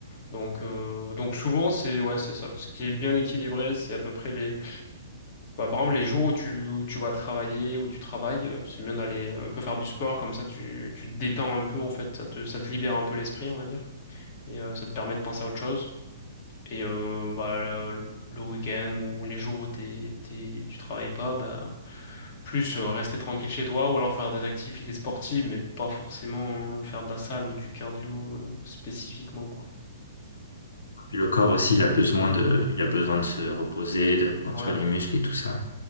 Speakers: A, on the left (about 40°); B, on the left (about 65°).
A: Donc, euh, donc souvent, c'est, ouais, c'est ça. Ce qui est bien équilibré, c'est à peu près les, bah, par exemple, les jours où tu, où tu vas travailler, où tu travailles, euh, c'est bien d'aller un peu faire du sport, comme ça, tu, tu te détends un peu, en fait, ça te, ça te libère un peu l'esprit, on va dire. Et euh, ça te permet de penser à autre chose. Et euh, bah, le, le week-end ou les jours où t'es, t'es, tu travailles pas, bah, plus euh, rester tranquille chez toi ou alors faire des activités sportives, mais pas forcément euh, faire de la salle ou du cardio euh, spécifiquement, quoi.
B: Puis le corps aussi, il a besoin de, il a besoin de se reposer, de reconstruire
A: Ouais,
B: les muscles et tout ça.